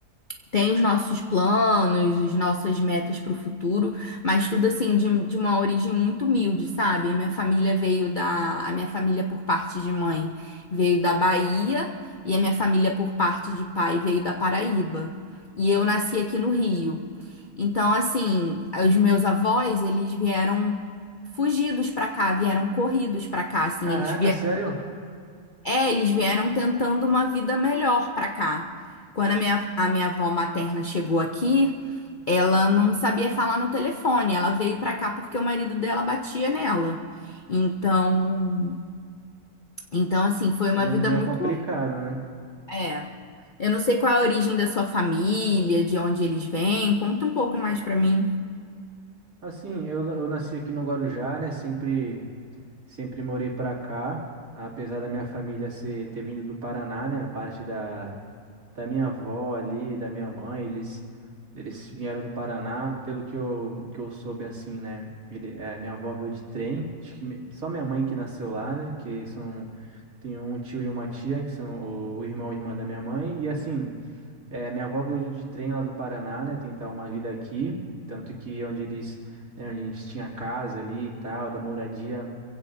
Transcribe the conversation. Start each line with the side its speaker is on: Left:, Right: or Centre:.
Left: tem os nossos planos, as nossas metas para o futuro, mas tudo assim de, de uma origem muito humilde, sabe? Minha família veio da, a minha família por parte de mãe veio da Bahia e a minha família por parte de pai veio da Paraíba. E eu nasci aqui no Rio. Então, assim, os meus avós, eles vieram fugidos para cá, vieram corridos para cá, assim,
Right: Caraca,
Left: eles
Right: sério?
Left: é, eles vieram tentando uma vida melhor pra cá. Quando a minha, a minha avó materna chegou aqui, ela não sabia falar no telefone. Ela veio pra cá porque o marido dela batia nela. Então, então assim, foi uma
Right: É me-
Left: vida
Right: é meio
Left: muito.
Right: complicado, né?
Left: É. Eu não sei qual é a origem da sua família, de onde eles vêm. Conta um pouco mais pra mim.
Right: Assim, eu, eu nasci aqui no Guarujá, né? Sempre, sempre morei pra cá, apesar da minha família ser, ter vindo do Paraná, né? A parte da, da minha avó ali, da minha mãe, eles, eles vieram do Paraná, pelo que eu, que eu soube, assim, né? Ele, é, minha avó veio de trem, acho que mi- só minha mãe que nasceu lá, né? Que são, tem um tio e uma tia, que são o, o irmão e irmã da minha mãe, e assim. É, minha avó veio de trem lá do Paraná, né, tentar uma vida aqui, tanto que onde eles, né, onde a gente tinha casa ali e tal, da moradia,